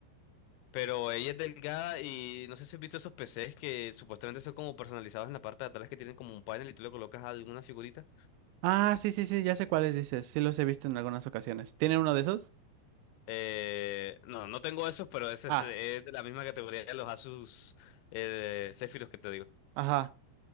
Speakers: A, on the left; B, on the right.
A: pero ella es delgada y no sé si has visto esos PCs que supuestamente son como personalizados en la parte de atrás que tienen como un panel y tú le colocas alguna figurita.
B: Ah, sí, sí, sí, ya sé cuáles dices. Sí los he visto en algunas ocasiones. ¿Tiene uno de esos?
A: Eh, no, no tengo esos, pero ese
B: Ah,
A: es, eh, es de la misma categoría de los Asus eh, Zephyrus que te digo.
B: ajá.